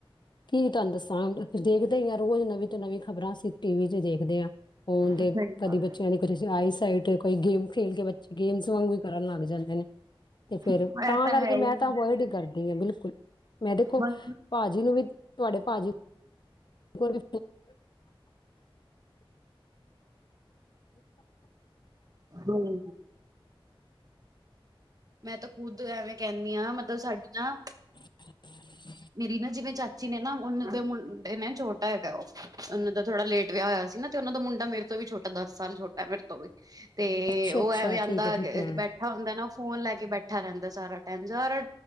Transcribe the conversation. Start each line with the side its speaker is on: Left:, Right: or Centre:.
Left: ਕੀ ਤੁਹਾਨੂੰ ਦੱਸਾਂ ਦੇਖਦੇ ਹੀ ਆ ਰੋਜ਼ ਨਵੀਂ ਤੋਂ ਨਵੀਂ ਖ਼ਬਰਾਂ ਅਸੀਂ ਟੀ ਵੀ ਚ ਦੇਖਦੇ ਹਾਂ, ਫੋਨ ਦੇ
Right: ਸਈ ਗੱਲ
Left: ਕਦੇ ਬੱਚਿਆਂ ਦੀ ਕੁਝ ਆਈ ਸਾਈਟ ਕੋਈ ਗੇਮ ਖੇਲ ਕੇ ਬੱਚੇ ਗੇਮਸ ਵਾਂਗ ਵੀ ਕਰਨ ਲੱਗ ਜਾਂਦੇ ਨੇ ਤੇ ਫੇਿਰ
Right: ਐ,
Left: ਤਾਂ
Right: ਐ
Left: ਕਰਕੇ
Right: ਹੈ
Left: ਮੈਂ
Right: ਈ
Left: ਤਾਂ ਵਹੀ ਡ ਕਰਦੀ ਜ ਬਿਲਕੁਲ ਮੈਂ ਦੇਖੋ
Right: ਬਸ
Left: ਭਾਜੀ ਨੂੰ ਵੀ ਤੁਹਾਡੇ ਪਾਜੀ ਫੋਨ
Right: ਹੂੰ ਮੈਂ ਤਾਂ ਖੁਦ ਐਵੇਂ ਕਹਿਣੀ ਹਾਂ ਮਤਲਬ ਸਾਡੀ ਨਾ
Left: <unintelligible>
Right: ਮੇਰੀ ਨਾ ਜਿਵੇਂ ਚਾਚੀ ਨੇ ਨਾ ਉਹਨਾਂ ਦੇ ਮੁੰਡੇ ਨੇ ਛੋਟਾ ਹੈਗਾ ਉਹਨਾਂ ਦਾ ਥੋੜਾ ਲੇਟ ਵਿਆਹ ਹੋਇਆ ਸੀ ਨਾ ਤੇ ਉਹਨਾਂ ਦਾ ਮੁੰਡਾ ਮੇਰੇ ਤੋਂ ਵੀ ਛੋਟਾ ਦਸ ਸਾਲ ਛੋਟਾ ਮੇਰੇ ਤੋਂ ਵੀ ਤੇ
Left: ਅੱਛਾ
Right: ਉਹ
Left: ਅੱਛਾ
Right: ਐਵੇਂ ਆਂਦਾ
Left: ਠੀਕ ਹੈ ਠੀਕ ਹੈ
Right: ਬੈਠਾ ਹੁੰਦਾ ਨਾ ਫੋਨ ਲੈ ਕੇ ਬੈਠਾ ਰਹਿੰਦਾ ਸਾਰਾ ਟਾਈਮ ਸਾਰਾ